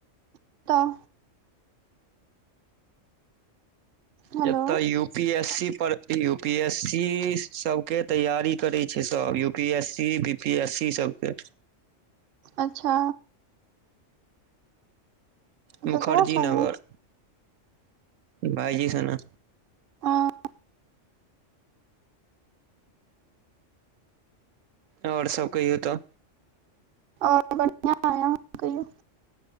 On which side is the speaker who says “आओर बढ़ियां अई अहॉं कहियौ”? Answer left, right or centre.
Right